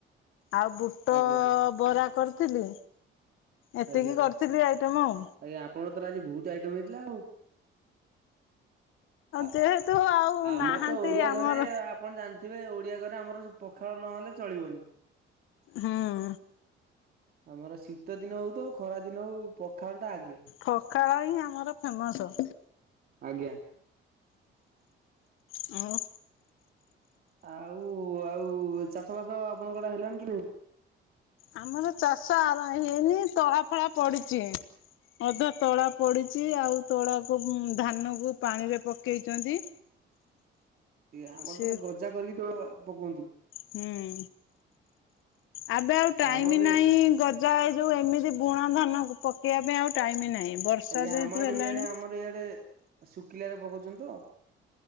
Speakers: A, on the left; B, on the right.
A: ଆଉ ବୁଟ
B: ଆଜ୍ଞା
A: ବରା କରିଥିଲି ଏତିକି
B: ଆଜ୍ଞା ଆଜ୍ଞା
A: କରିଥିଲି ଆଇଟମ ଆଉ।
B: ଆ ଆପଣଙ୍କ ତର ଆଜି ବହୁତ ଆଇଟମ ହେଇଥିଲା ଆଉ ଆଉ
A: ଯେହେତୁ ଆଉ
B: ଆମର
A: ନାହାନ୍ତି
B: ତ ଓଡିଆ
A: ଆମର
B: ଘରେ ଆପଣ ଜାଣିଥିବେ ଓଡିଆ ଘରେ ଆମର ପଖାଳ ନହଲେ ଚଳିବନି
A: ହଁ
B: ଆମର ଶୀତ ଦିନ ହଉ ତ ଖରା ଦିନ ହଉ ଖଟା ଆଗେ
A: ଫକାଳ ହିଁ ଆମର ଫେମସ
B: ଆଜ୍ଞା
A: ହଁ ଆ
B: ଆଉ ଆଉ ଚାଷ ବାସ ଆପଣଙ୍କଟେ ହେଲାଣି କି ନାଇଁ
A: ଆମର ଚାଷ ଆରମ୍ ହେଇନି ତଳା ଫଳା ପଡିଛି ଅଧା ତଳା ପଡ଼ିଛି ଆଉ ତଳାକୁ ଧାନକୁ ପାଣିରେ ପକେଇଛନ୍ତି
B: ଆପଣ
A: ସେ
B: ତା ଗଜା କରିକି ତବେ ପକନ୍ତି
A: ହୁଁ ଏବେ ଆଉ ଟାଇମ
B: ଆମର
A: ନାହିଁ ଯାଏ ଯୋଉ ଏମିତି ବୁଣା ଧାନ ପକେଇବା ପାଇଁ ଆଉ ଟାଇମ ନାହିଁ ବର୍ଷା
B: ଆଜ୍ଞା
A: ଯେହେତୁ
B: ଆମ ଆଡେ
A: ହେଲାଣି
B: ଇଆଡେ ଆମର ଇଆଡେ ଶୁଖିଲ ାରେ ପକଉଛନ୍ତି ତ